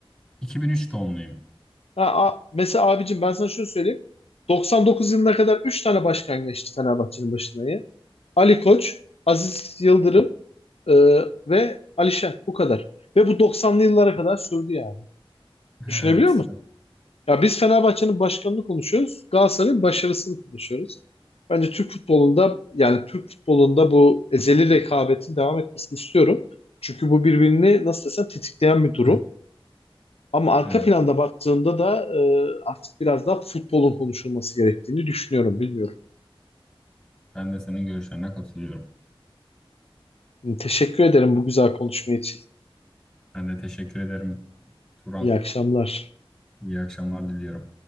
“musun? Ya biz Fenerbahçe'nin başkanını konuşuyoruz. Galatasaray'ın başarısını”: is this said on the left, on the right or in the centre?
Left